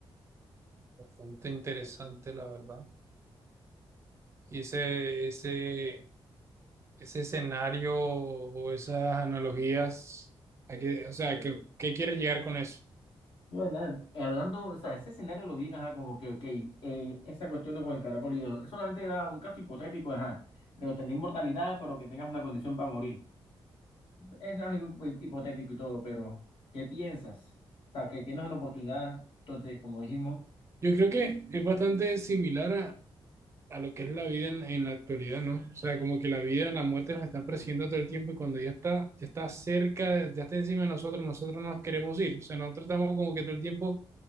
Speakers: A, on the right; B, on the left.
A: Bastante interesante, la verdad. Y ese, ese, ese escenario o esas analogías, a qué- o sea, ¿qué, qué quieres llegar con eso?
B: No, nada, hablando, o sea, ese escenario lo vi, ajá, como que, ok, eh, esa cuestión de con el caracol y eso, solamente era un caso hipotético, ajá, de obtener inmortalidad, pero que tengas una condición para morir. Es algo hi- hipotético y todo, pero ¿qué piensas? O sea, que tienes una oportunidad, entonces, como dijimos,
A: Yo creo que es bastante similar a, a lo que es la vida en, en la actualidad, ¿no? O sea, como que la vida, la muerte nos está persiguiendo todo el tiempo y cuando ya está, ya está cerca, ya está encima de nosotros, nosotros no nos queremos ir. O sea, nosotros estamos como que todo el tiempo